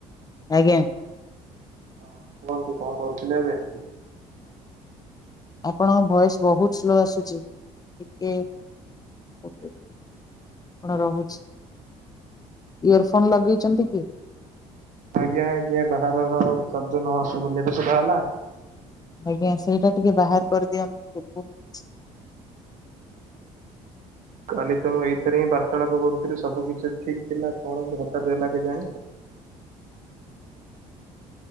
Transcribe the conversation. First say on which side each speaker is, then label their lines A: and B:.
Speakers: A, on the left; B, on the right.
A: ଆଜ୍ଞା।
B: ହଁ କୁହନ୍ତୁ କଣ କରୁଥିଲେ ଏବେ?
A: ଆପଣଙ୍କ ଭଏସ ବହୁତ ସ୍ଲୋ ଆସୁଛି, ଟିକେ <unintelligible> କଣ ରହୁଛି ଇୟର ଫୋନ ଲଗେଇଛନ୍ତି କି?
B: ଆଜ୍ଞା ଆଜ୍ଞା ବାହାରର ଶବ୍ଦ ନସୁବୁଲେ ଏବେ ସୁଵା ଗଲା।
A: ଆଜ୍ଞା ସେଇଟା ଟିକେ ବାହାର କରିଦିଅନ୍ତୁ <unintelligible>
B: କାଲି ତ ମୁଁ ଏଇଥିରେ ହିଁ ବାର୍ତ୍ତାଳାପ କରୁଥିଲି ସବୁ କିଛି ଠିକ ଥିଲା କଣ ଏମିତି ହଠାତ୍ ହେଲା କେ ଜାଣି।